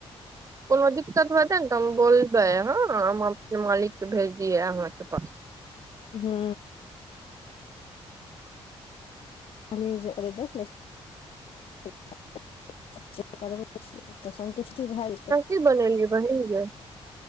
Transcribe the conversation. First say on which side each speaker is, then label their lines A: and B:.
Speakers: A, on the right; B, on the left.
A: कोनो दिक्कत होतै ने तऽ हम बोलबै हँ हम अपने मालिकके भेज दियै अहाँकेँ पास
B: हू। देख <unintelligible> करबै छियै तऽ सन्तुष्टि भए जेतै।
A: कि बनल ब हने